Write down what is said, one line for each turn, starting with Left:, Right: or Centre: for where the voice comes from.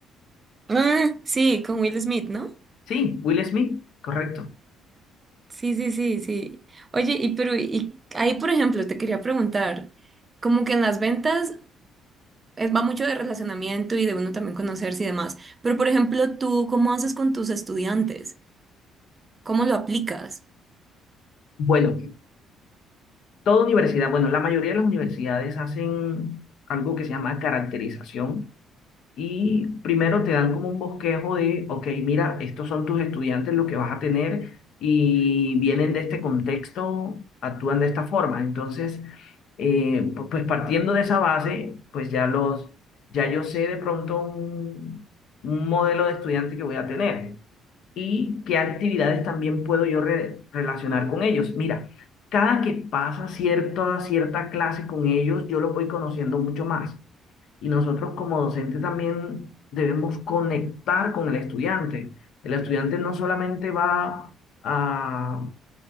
Right: Ah, sí, con Will Smith, ¿no?
Left: Sí, Will Smith, correcto.
Right: Sí, sí, sí, sí. Oye, y pero y ahí, por ejemplo, te quería preguntar, como que en las ventas eh, va mucho de relacionamiento y de uno también conocerse y demás, pero por ejemplo, tú, ¿cómo haces con tus estudiantes? ¿Cómo lo aplicas?
Left: Bueno, toda universidad, bueno, la mayoría de las universidades hacen algo que se llama caracterización Y primero te dan como un bosquejo de, ok, mira, estos son tus estudiantes los que vas a tener y vienen de este contexto, actúan de esta forma. Entonces, eh, pu- pues partiendo de esa base, pues ya los, ya yo sé de pronto un, un modelo de estudiante que voy a tener y qué actividades también puedo yo re- relacionar con ellos. Mira, cada que pasa cierto, cierta clase con ellos, yo los voy conociendo mucho más y nosotros como docente también debemos conectar con el estudiante. El estudiante no solamente va a,